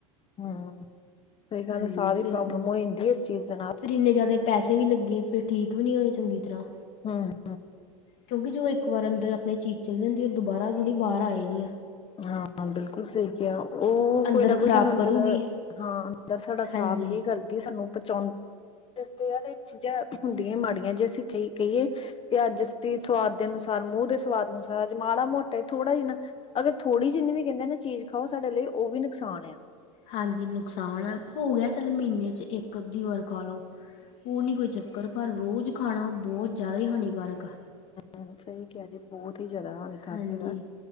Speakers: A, on the left; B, on the left.
A: ਹੂੰ ਸਹੀ ਗੱਲ
B: ਹਾਂਜੀ
A: ਸਾਹ ਦੀ
B: ਫਿਰ
A: ਪ੍ਰੋਬਲਮ ਹੋ ਜਾਂਦੀ ਹੈ ਇਸ ਚੀਜ਼ ਦੇ ਨਾਲ
B: ਫਿਰ ਇੰਨੇ ਜ਼ਿਆਦਾ ਪੈਸੇ ਵੀ ਲੱਗੇ ਫਿਰ ਠੀਕ ਵੀ ਨਹੀਂ ਹੋਏ ਚੰਗੀ ਤਰ੍ਹਾਂ
A: ਹਾਂ
B: ਕਿਉਂਕਿ ਜਦੋਂ ਇੱਕ ਵਾਰ ਅੰਦਰ ਆਪਣੀ ਚੀਜ਼ ਚਦੀੁੰਦੀ ਉਹ ਦੁਬਾਰਾ ਥੜੀ ਬਾਹਰ ਆਈ ਦੀ ਹੈ।
A: ਹਾਂ ਬਿਲਕੁਲ ਸਹੀ ਕਿਹਾ ਉਹ
B: ਅੰਦਰ
A: ਕੋਈ ਨਾ ਕੋਈ
B: ਖ਼ਰਾਬ
A: ਸਾਨੂੰ ਅੰਦਰ
B: ਕਰੂਗੀ
A: ਹਾਂ ਅੰਦਰ ਸੜਾ
B: ਹਾਂਜੀ
A: ਖ਼ਰਾਬ ਹੀ ਕਰਦੀ ਸਾਨੂੰ ਪਚਾਉਣ ਦੱਸ ਯਾਰ ਚੀਜ਼ਾਂ ਹੁੰਦੀਆਂ ਮਾੜੀਆਂ ਜੇ ਅਸੀਂ ਚ ਕਹੀਏ ਤੇ ਅਜ ਦੀ ਸਵਾਦ ਦੇ ਅਨੁਸਾਰ ਮੂੰਹ ਦੇ ਸਵਾਦ ਅਨੁਸਾਰ ਅੱਜ ਮਾੜਾ ਮੋਟਾ ਹੀ ਥੋੜਾ ਜਿੰਨਾ ਅਗਰ ਥੋੜ੍ਹੀ ਜਿੰਨੀ ਵੀ ਕਹਿੰਦੇ ਨਾ ਚੀਜ਼ ਖਾਓ ਸਾਡੇ ਲਈ ਉਹ ਵੀ ਨੁਕਸਾਨ ਆ
B: ਹਾਂਜੀ ਨੁਕਸਾਨ ਹੋ ਗਿਆ ਚੱਲ ਮਹੀਨੇ ਚ ਇੱਕ ਅੱਧੀ ਵਾਰ ਖਾ ਲੋ ਉਹ ਨਹੀਂ ਕੋਈ ਚੱਕਰ ਪਰ ਰੋਜ਼ ਖਾਣਾ ਬਹੁਤ ਜ਼ਿਆਦਾ ਹੀ ਹਾਨੀਕਾਰਕ ਆ
A: ਹੂੰ ਸਹੀ ਕਿਹਾ ਜੀ ਬਹੁਤ ਹੀ ਜ਼ਿਆਦਾ ਹਾਨੀਕਾਰਕ
B: ਹਾਂਜੀ
A: ਹੈਗਾ